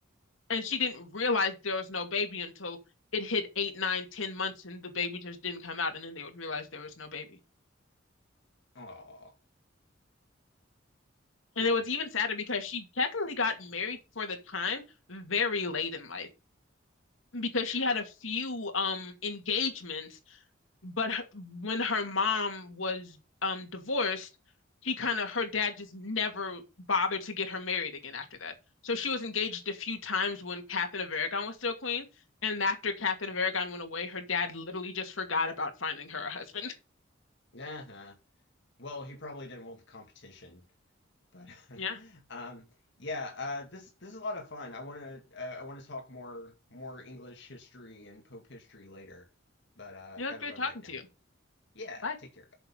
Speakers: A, on the left; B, on the left.
A: And she didn't realize there was no baby until it hit eight, nine, ten months and the baby just didn't come out. And then they would realize there was no baby.
B: Oh,
A: And
B: <laughs> well.
A: it was even sadder because she technically got married for the time very late in life because she had a few um engagements But h- when her mom was um divorced, he kind of her dad just never bothered to get her married again after that. So she was engaged a few times when Catherine of Aragon was still queen, and after Catherine of Aragon went away, her dad literally just forgot about finding her a husband. <laughs>
B: Uh-huh. Well, he probably didn't want the competition. But
A: Yeah,
B: <laughs> um, yeah, uh, this this is a lot of fun. I want to uh, I want to talk more more English history and Pope history later, but uh,
A: yeah,
B: got
A: it was
B: to
A: great
B: run
A: talking
B: right now.
A: to you.
B: Yeah,
A: Bye.
B: take care.